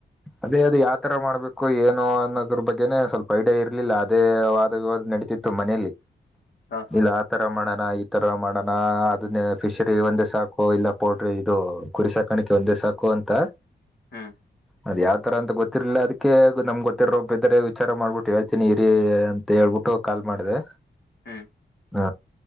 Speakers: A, in the centre; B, on the left.
A: ಅದೇ ಅದು ಯಾವತರಾ ಮಾಡ್ಬೇಕು ಏನು ಅನ್ನೋದ್ರ ಬಗ್ಗೆನೆ ಸ್ವಲ್ಪ ಐಡಿಯಾ ಇರ್ಲಿಲ್ಲ ಅದೇ ವಾದ ವಿವಾದ್ ನಡತಿತ್ತ ತು ಮನೆಯಲ್ಲಿ
B: ಹಾ ಹಾ
A: ಇಲ್ಲಾ ಈ ತರಾ ಮಾಡೋಣ ಈ ತರ ಮಾಡೋಣ ಅದನ್ನ ಫಿಶರಿ ಒಂದೇ ಸಾಕು ಇಲ್ಲ ಪೌಡ್ರಿ ಇದು ಕುರಿ ಸಾಕಾಣಿಕೆ ಒಂದೇ ಸಾಕು ಅಂತಾ
B: ಹ್ಮ್
A: ಅದ್ ಯಾವ ತರಾ ಅಂತ ಗೊತ್ತಿರ್ಲಿಲ್ಲ ಅದಕ್ಕೆ ನಮ್ ಗೊತ್ತಿರೋಬ್ಬರು ಇದ್ದಾರೆ ವಿಚಾರ ಮಾಡ್ಬಿಟ್ಟು ಹೇಳ್ತೀನಿ ಇರಿ ಅಂತ ಹೇಳ್ಬಿಟ್ಟು ಕಾಲ್ ಮಾಡಿದೆ
B: ಹ್ಮ್
A: ಹ